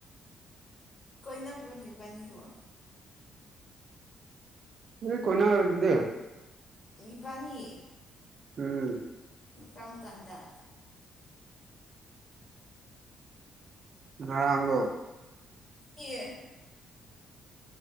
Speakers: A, on the left; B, on the right.
A: ꯀꯣꯏꯅꯕ꯭ꯔꯣꯅꯤꯕꯅꯤꯕꯣ꯫
B: ꯀꯣꯏꯅꯔꯗꯨꯗꯤ꯫
A: ꯏꯕꯥꯅꯤ
B: ꯎꯝ
A: ꯀꯔꯝ ꯀꯥꯟꯗ꯫
B: ꯉꯔꯪꯗꯣ
A: ꯑꯦ